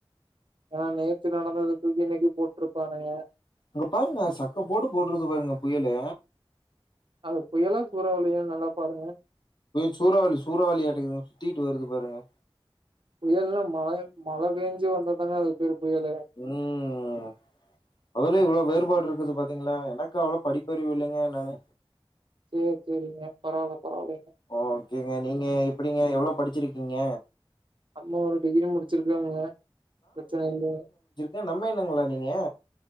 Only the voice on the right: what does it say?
ஏன்னா நேத்து நடந்தது தூக்கி இன்னைக்கி போட்ருப்பானுங்க
அது புயலா சூறாவளியான்னு நல்லா பாருங்க
புயல்னா மாய மழ பேஞ்சு வந்ததாங்க அதுக்கு பேர் புயலு
செர் செரிங்க பரவாயில்ல பரவாயில்லைங்க
அம்மா ஒரு டிகிரி முடிச்சிருக்காங்க பிரச்சனயில்லைங்க